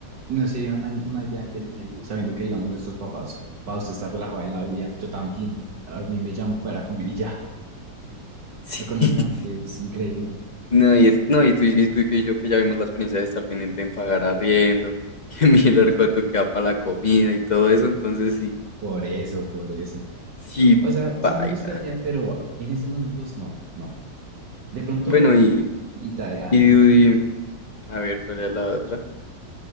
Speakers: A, on the right (about 70°); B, on the left (about 55°).
A: No sería una, una idea inteligente, sabiendo que, digamos, nuestros papás, para usted estar relajado en la vida, yo también, a mí me llaman para comer y ya.
B: <laughs>
A: Económicamente
B: sí.
A: es increíble.
B: No, y, es, no, y tú, y tú y yo que ya vimos la experiencia de estar pendiente en pagar arriendo, que <laughs> mirar cuánto queda para la comida y todo eso. Entonces, sí,
A: Por eso, por eso.
B: sí,
A: O sea, sí
B: baila.
A: me gustaría, pero en estos momentos no, no. De pronto,
B: Bueno, y,
A: mitad de año,
B: y, y a ver, ¿cuál era la otra?